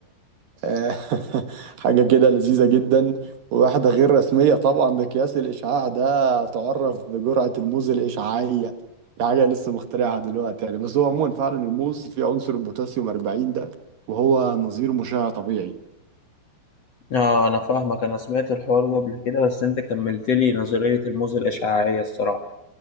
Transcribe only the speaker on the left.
اه انا فاهمك انا سمعت الحوار ده قبل كده بس انت كملت لي نظريه الموزة الاشعاعيه الصراحه